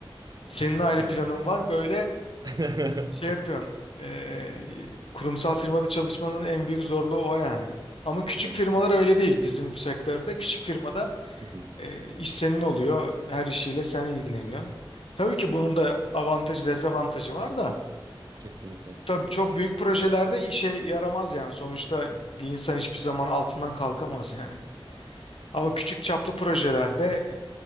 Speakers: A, on the left; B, on the right.
A: Senin ayrı
B: Aynen
A: planın
B: öyle.
A: var. Böyle
B: <laughs>
A: şey yapıyorsun. e, kurumsal firmada çalışmanın en büyük zorluğu o yani. Ama küçük
B: Evet
A: firmalar
B: yani
A: öyle değil. Bizim sektörde küçük firmada
B: Hı hı,
A: e, iş senin oluyor. Her işiyle sen ilgileniyorsun. Tabii ki bunun da avantajı dezavantajı var da.
B: kesinlikle.
A: Tabii çok büyük projelerde işe yaramaz yani. Sonuçta bir insan hiçbir zaman altından kalkamaz yani. Ama küçük çaplı projelerde